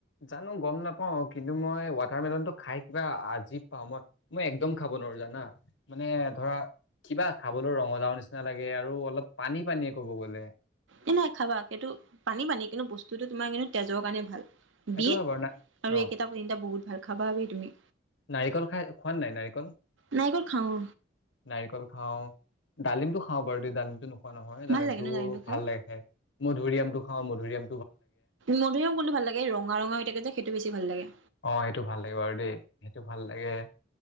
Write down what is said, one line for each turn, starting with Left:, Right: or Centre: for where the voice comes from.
Left: জানো গম নাপাও কিন্তু মই ৱাটাৰ মেলনতো খাই কিবা আজি পাওঁ মই মই একদম খাব নোৱাৰো জানা মানে ধৰা কিবা খাবলৈ ৰঙালাও নিচিনা লাগে আৰু অলপ পানী -পানীয়ে- কব গ'লে
Right: এ নাই খাবা সেইটো পানী -পানী -কিন্তু বস্তুটো তোমাৰ কিন্তু তেজৰ কাৰণে ভাল
Left: সেইটো
Right: বিধ
Left: হয় বাৰু না
Right: আৰু
Left: অ
Right: এইকেইটা তিনিটা বহুত ভাল খাবাি তুমি
Left: নাৰিকল খাই খোৱাত নাই নাৰিকল
Right: নাৰিকল খাওঁ
Left: নাৰিকল খাওঁ -ডালিমটো খাওঁ- বাৰু দ ডালিমটো ন োৱা নহয় তাদিমতটো
Right: ভাল লাগে ন জাৰনীটো খাই
Left: ভাল লাগে খে মধুৰিআমটো খাওঁ মধুৰিআম
Right: মধুৰিও কোনটো ভাল লাগে ৰঙা- ৰঙা- হৈ থাকে যে সেইটো বেছি ভাল লাগে
Left: অ সেইটো ভাল লাগে বাৰু দেই সেইটো ভাল লাগে